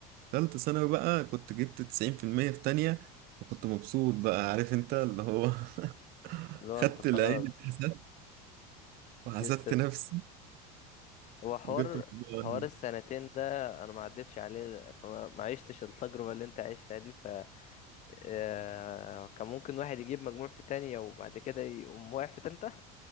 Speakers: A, on the right; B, on the left.
A: تالتة ثانوي بقى كنت جبت 90% في المية في تانية فكنت مبسوط بقى عارف أنت اللي هو <laughs>
B: اللي هو
A: خدت
B: انت خلاص
A: العين اتحسدت وحسدت
B: جيت في
A: نفسي
B: هو حوار
A: وجبت مجموعة
B: حوار
A: قليلة.
B: السنتين ده انا ما عدتش عليه فما ما عشتش التجربة اللي انت عشتها دي ف آه، كان ممكن واحد يجيب مجموع في تانية وبعد كده يقوم واقع في تالتة